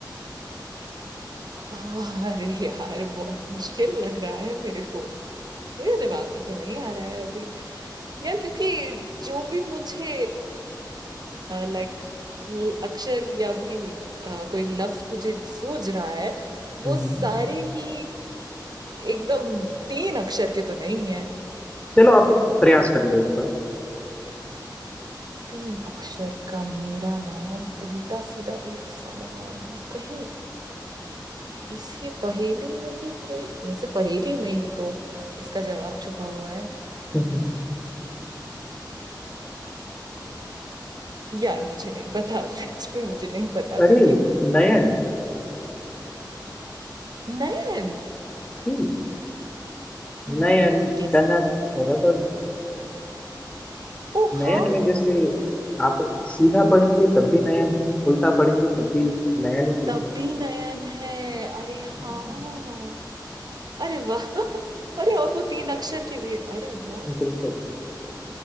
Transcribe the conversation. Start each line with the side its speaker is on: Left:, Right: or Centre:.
Right: आह, अरे यार बहुत मुश्किल लग रहा है मेरे को मेरे दिमाग में तो नहीं आ रहा है अभी यार क्योंकि जो भी मुझे लाइक अक्षर या भी अ, कोई लफ्ज मुझे सूझ रहा है वो
Left: हम्म हम्म,
Right: सारे ही एकदम तीन अक्षर के तो नहीं है
Left: चलो आप प्रयास कर लो एक बार
Right: तीन अक्षर का मेरा नाम उल्टा सीधा एक समान कहीं इसी पहेली में ही कोई वैसे पहेली में ही तो इसका जवाब छुपा हुआ
Left: हम्म, हम्म।
Right: यार मुझे नहीं पता <laughs> सच में मुझे नहीं पता
Left: अरे
Right: क्योंकि
Left: नयन
Right: नयन
Left: जी
Right: नयन
Left: नयन
Right: कैसे
Left: कनक रबड़
Right: ओ
Left: नयन
Right: हाँ
Left: में जैसे आप सीधा पढ़ेंगे तब भी नयन है उल्टा पढ़ेंगे तब भी नयन ही
Right: तब
Left: है
Right: भी नयन है अरे हाँ
Left: हम्म, हम्म,
Right: अरे वाह <laughs> अरे और वो तीन अक्षर के भी है अरे वाह
Left: बिल्कुल